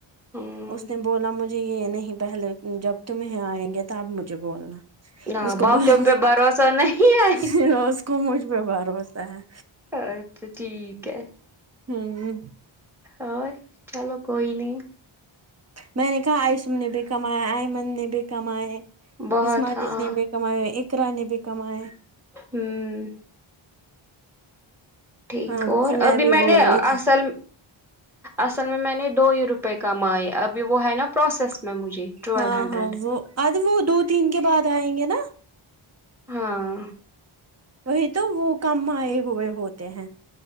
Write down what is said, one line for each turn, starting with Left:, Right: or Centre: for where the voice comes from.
Centre: ہمم
Right: اس نے بولا مجھے جی یہ نہیں پہلے جب تمہیں آئیں گے تب مجھے بولنا
Centre: نہ
Right: اس کو
Centre: باقیوں
Right: بہرو
Centre: پہ بھروسہ نہیں ہے
Right: بہروس کو مجھ پہ بھروسہ ہے
Centre: اچھا ٹھیک ہے
Right: ہوں
Centre: اور چلو کوئی نہیں
Right: میں نے کہا آیسم نے بھی کمایا آئمن نے بھی کمایا ہے
Centre: بہت
Right: اسما
Centre: ہاں
Right: دیدی نے کمایا اقرا نے بھی کمایا ہے
Centre: ہوں ٹھیک
Right: ہاں وہی
Centre: اور ابھی
Right: بھی
Centre: میں
Right: بول
Centre: نے
Right: رہی تھی
Centre: اصل اصل میں میں نے دو ہی روپے کمائے ابھی وہ ہے نا پروسیس میں مجھے ٹویلو
Right: ہاں
Centre: ہنڈریڈ
Right: ہاں وہ اج وہ دو تین کے بعد آئیں گے نا
Centre: ہاں
Right: وہی تو وہ کم آئے ہوئے ہوتے ہیں